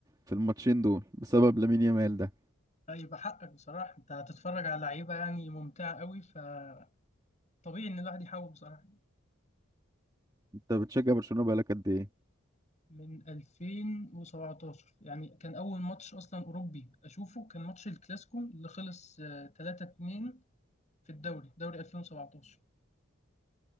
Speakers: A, on the right; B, on the left.
A: في الماتشين دول بسبب لامين يامال ده
B: هيبقى حقك بصراحة انت هتتفرج على لعيبة يعني ممتعة قوي فطبيعي ان الواحد يحاول بصراحة
A: انت بتشجع برشلونة بقالك قد ايه
B: من 2017 يعني كان أول ماتش أصلا أوروبي أشوفه كان ماتش الكلاسيكو اللي خلص آه، 3-2 في الدوري دوري 2017